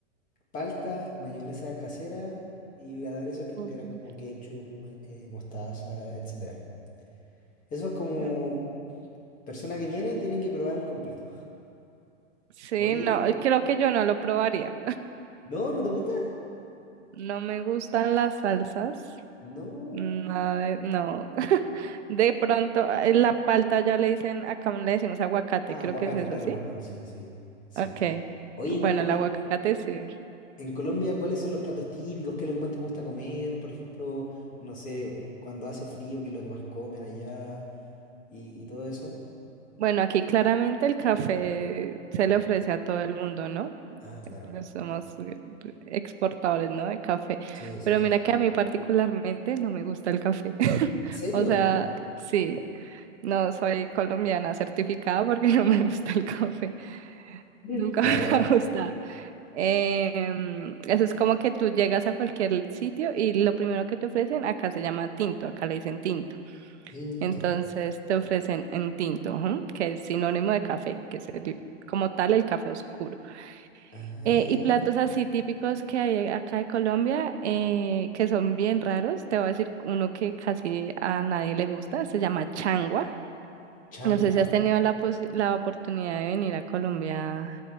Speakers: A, on the left (about 20°); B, on the right (about 60°).
A: palta, mayonesa casera y aderezos que
B: Por
A: tú quieras,
B: Dios.
A: como ketchup, ma- eh, mostaza, etcétera. Eso es Mm. como
B: Mm,
A: persona que viene tienen que probar el completo.
B: Sí,
A: Oye,
B: no, creo que yo no lo probaría.
A: ¿no? ¿No te gusta?
B: No me gustan las salsas.
A: No.
B: Nada de- no. <laughs> De pronto, eh, la palta ya le dicen, acá le decimos aguacate,
A: Ah,
B: creo
A: aguacate,
B: que es eso,
A: claro,
B: ¿sí?
A: perdón, sí, sí, sí.
B: Ok.
A: Oye,
B: Bueno,
A: cuéntame,
B: el aguacate sí.
A: en Colombia, ¿cuáles son los platos típicos? ¿Qué es lo que más te gusta comer? Por ejemplo, no sé, cuando hace frío, ¿qué es lo que más comen allá? y y todo eso.
B: Bueno, aquí claramente el café se le ofrece a todo el mundo, ¿no?
A: Ah, claro.
B: Porque somos eh, exportadores, ¿no? De café.
A: Sí, sí,
B: Pero
A: sí.
B: mira que a mí particularmente no me gusta el café. <laughs>
A: ¿En serio?
B: O sea, sí, no soy colombiana certificada porque <laughs> no me gusta el café.
A: Sí.
B: Nunca
A: Claro.
B: <laughs> me ha gustado. Em, eso es como que tú llegas a cualquier sitio y lo primero que te ofrecen, acá se llama tinto, acá le dicen tinto.
A: Tinto.
B: Entonces te ofrecen en tinto, ujú, que es sinónimo de café, que es el- como tal el café oscuro.
A: Ah,
B: Eh, y platos así típicos que hay acá de Colombia, eh, que son bien raros, te voy a decir uno que casi a nadie le gusta, se llama changua.
A: changua.
B: No sé si has tenido la, pos- la oportunidad de venir a Colombia.